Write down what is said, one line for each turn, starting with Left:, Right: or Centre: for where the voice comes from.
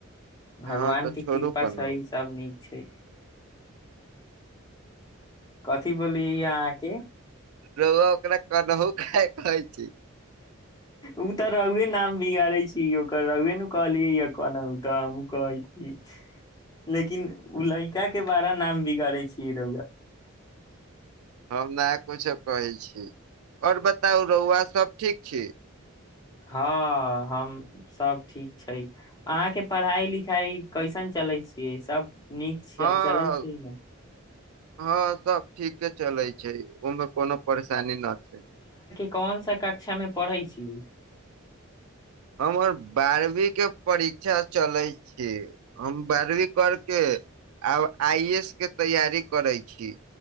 Left: भगवान
Right: हँ तऽ
Left: के
Right: छोड़ू
Left: कृपा
Right: कनहु
Left: छै सभ नीक छै कथिी बोलियै अहाँके
Right: रौकरा क नौ क कह छी
Left: ओ तऽ रघुए नाम बिगाड़े छी य रव न कहलिय य कहना त हम कहै लेकिन उ लड़का के बारा नाम बिगड़ै छियै रौआ
Right: हम नहि कुछो कहै छी आओर बताउ रौआ सभ ठीक छै
Left: हँ हम सभ ठीक छै अहाँके पढ़ाइ लिखाइ कैसन चलै छियै सभ नीक
Right: हँ
Left: चालै छैै न
Right: हँ सभ ठीके चलैत छै ओहिमे कोनो पर चान न छै
Left: कौन सा कक्षामे पढ़ै छीिय
Right: हमर बारहवीं के परीक्षा चलैत छी हम बारहवीं करके आब आई ए एस के तैयारी करै छी